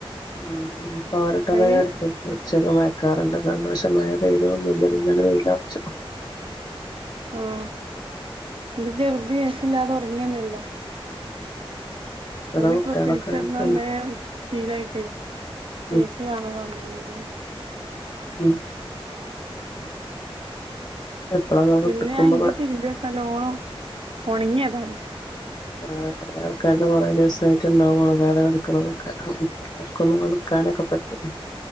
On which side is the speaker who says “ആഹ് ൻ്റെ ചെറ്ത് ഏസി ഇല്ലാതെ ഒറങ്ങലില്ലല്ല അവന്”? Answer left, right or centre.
Right